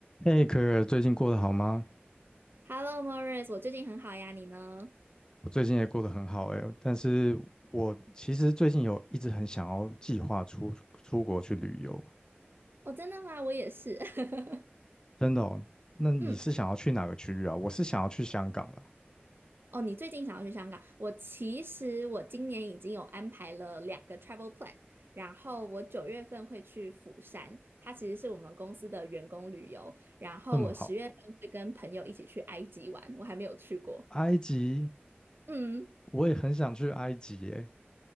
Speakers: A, on the left; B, on the right.
A: 嘿，可儿，最近过得好吗？
B: Hello, Morris，我最近很好呀，你呢？
A: 我最近也过得很好哎，但是我其实最近有一直很想要计划出出国去旅游，
B: 哦，真的吗？我也是。<laughs>
A: 真的哦。那你是想要去哪个区域啊？
B: 嗯，
A: 我是想要去香港啦，
B: 哦，你最近想要去香港？我其实我今年已经有安排了两个 travel plan，然后我九月份会去釜山，它其实是我们公司的员工旅游，然后我十月份会跟朋友一起去埃及玩，
A: 那么好，
B: 我还没有去过。
A: 埃及
B: 嗯，
A: 我也很想去埃及耶。